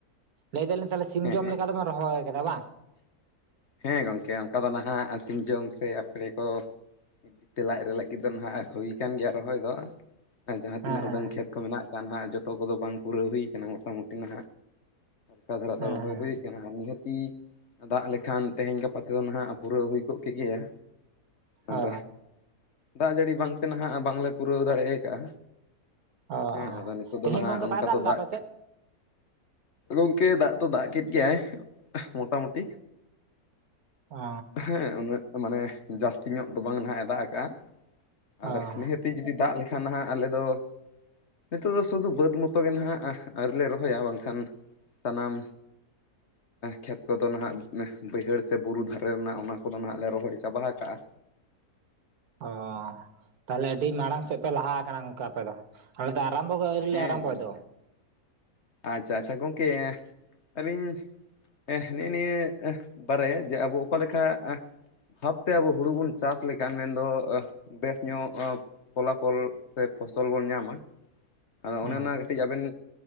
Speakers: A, on the right; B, on the left.
A: ᱞᱟᱹᱭ ᱫᱟᱞᱤᱧ ᱛᱟᱦᱚᱞ ᱥᱤᱢ
B: ᱦᱮᱸ
A: ᱡᱚᱢ
B: ᱦᱮᱸ
A: ᱞᱮᱠᱟ ᱫᱚᱵᱮᱱ ᱨᱚᱦᱚᱭ ᱟᱠᱟᱫᱟ ᱵᱟᱝ
B: ᱦᱮᱸ ᱜᱚᱝᱠᱮ ᱚᱱᱠᱟ ᱫᱚ ᱱᱟᱦᱟᱜ ᱥᱤᱢ ᱡᱚᱢ ᱥᱮ ᱟᱯᱲᱮ ᱛᱚ ᱢᱤᱫ ᱵᱤᱛᱟᱹ ᱞᱟᱡ <inaudible> ᱨᱮ ᱞᱟᱹᱜᱤᱫ ᱫᱚ ᱱᱟᱦᱟᱜ ᱦᱩᱭ ᱟᱠᱟᱱ ᱜᱮᱭᱟ ᱨᱚᱦᱚᱭ ᱫᱚ ᱟᱨ ᱡᱟᱦᱟᱸ ᱛᱤᱱᱟᱹᱜ
A: ᱦᱮᱸ
B: ᱩᱰᱟᱹᱝ
A: ᱦᱮᱸ
B: ᱠᱷᱮᱛ ᱠᱚ ᱢᱮᱱᱟᱜ ᱠᱟᱜ ᱱᱟᱜ ᱡᱚᱛᱚ ᱠᱚᱫᱚ ᱵᱟᱝ ᱯᱩᱨᱟᱹᱣ ᱦᱩᱭ ᱠᱟᱱᱟ ᱢᱳᱴᱟᱢᱩᱴᱤ ᱱᱟᱜ ᱠᱟ <inaudible> ᱫᱷᱟᱨᱟ
A: ᱦᱮᱸ
B: ᱨᱚᱦᱚᱭ
A: ᱦᱮᱸ
B: ᱦᱩᱭ ᱟᱨ ᱱᱤᱦᱟᱹᱛᱤ ᱫᱟᱜ ᱞᱮᱠᱷᱟᱱ ᱛᱮᱦᱮᱧ ᱜᱟᱯᱟ ᱛᱮᱫᱚ ᱱᱟᱦᱟᱜ ᱯᱩᱨᱟᱹᱣ ᱦᱩᱭ ᱠᱚᱜ ᱠᱮ ᱜᱮᱭᱟ ᱟᱨ
A: ᱚ
B: ᱫᱟᱜ ᱡᱟᱹᱲᱤ ᱵᱟᱝᱛᱮ ᱱᱟᱦᱟᱜ ᱵᱟᱝᱞᱮ ᱯᱩᱨᱟᱹᱣ ᱫᱟᱲᱮᱭ ᱠᱟᱜᱼᱟ
A: ᱚ
B: ᱦᱮᱸ
A: ᱚ
B: ᱟᱫᱚ ᱱᱤᱛᱚᱜ ᱫᱚ
A: ᱛᱮᱦᱮᱧ
B: ᱱᱟᱦᱟᱜ
A: ᱜᱚᱝᱠᱮ
B: ᱚᱱᱠᱟ
A: ᱵᱟᱭ
B: ᱫᱚ
A: ᱞᱮᱫᱟ
B: ᱫᱟᱜ
A: ᱟᱯᱮ ᱥᱮᱫ
B: ᱜᱚᱝᱠᱮ ᱫᱟᱜ ᱫᱚ ᱫᱟᱜ ᱠᱮᱫ ᱜᱮᱭᱟᱭ ᱢᱚᱴᱟ ᱢᱩᱴᱤ
A: ᱚ
B: ᱦᱮᱸ ᱩᱱᱟᱹᱜ ᱢᱟᱱᱮ ᱡᱟᱹᱥᱛᱤ ᱧᱚᱜ ᱫᱚ ᱵᱟᱝ ᱱᱟᱦᱟᱜ ᱮ ᱫᱟᱜ ᱠᱟᱜᱼᱟ ᱟᱨ
A: ᱚ
B: ᱱᱤᱦᱟᱹᱛᱤ ᱡᱩᱫᱤ ᱫᱟᱜ ᱞᱮᱠᱷᱟᱱ ᱦᱟᱸᱜ ᱟᱞᱮ ᱫᱚ ᱱᱤᱛᱚᱜ ᱫᱚ ᱥᱩᱫᱷᱩ ᱵᱟᱹᱫᱽ ᱢᱚᱛᱚ ᱜᱮ ᱱᱟᱦᱟᱜ ᱟᱹᱣᱨᱤ ᱞᱮ ᱨᱚᱦᱚᱭᱟ ᱵᱟᱝ ᱠᱷᱟᱱ ᱥᱟᱱᱟᱢ ᱠᱷᱮᱛ ᱠᱚᱫᱚ ᱱᱟᱦᱟᱜ ᱵᱟᱹᱭᱦᱟᱹᱲ ᱥᱮ ᱵᱩᱨᱩ ᱫᱷᱟᱨᱮ ᱨᱮᱱᱟᱜ ᱚᱱᱟ ᱠᱚᱫᱚ ᱱᱟᱦᱟᱜ ᱞᱮ ᱨᱚᱦᱚᱭ ᱪᱟᱵᱟ ᱦᱟ <inaudible> ᱠᱟᱜ-ᱟ
A: ᱚᱻ ᱛᱟᱦᱚᱞᱮ ᱟᱹᱰᱤ ᱢᱟᱲᱟᱝ ᱥᱮᱫ ᱯᱮ ᱞᱟᱦᱟ ᱟᱠᱟᱱᱟ ᱜᱚᱝᱠᱮ ᱟᱯᱮ ᱫᱚ᱾ ᱟᱞᱮ ᱫᱚ ᱟᱨᱟᱢᱵᱚ ᱜᱮ ᱟᱹᱣᱨᱤ
B: ᱦᱮᱸ
A: ᱞᱮ ᱟᱨᱟᱢᱵᱚᱭ
B: ᱜᱚᱝ
A: ᱫᱚ
B: ᱟᱪᱪᱷᱟ ᱟᱪᱪᱷᱟ ᱜᱚᱝᱠᱮ ᱟᱹᱞᱤᱧ ᱱᱮᱜᱼᱮ ᱱᱤᱭᱟᱹ ᱵᱟᱨᱮ ᱡᱮ ᱟᱵᱚ ᱚᱠᱟ ᱞᱮᱠᱟ ᱵᱷᱟᱵ ᱛᱮ ᱟᱵᱚ ᱦᱩᱲᱩ ᱵᱚᱱ ᱪᱟᱥ ᱞᱮᱠᱷᱟᱱ ᱢᱮᱱᱫᱚ ᱵᱮᱥ ᱧᱚᱜ ᱯᱷᱚᱞᱟ ᱯᱷᱚᱞ ᱥᱮ ᱯᱷᱚᱥᱚᱞ ᱵᱚᱱ ᱧᱟᱢᱟ ᱟᱫᱚ
A: ᱦᱮᱸ
B: ᱚᱱᱮ ᱚᱱᱟ ᱠᱟᱹᱴᱤᱡ, ᱟᱵᱮᱱ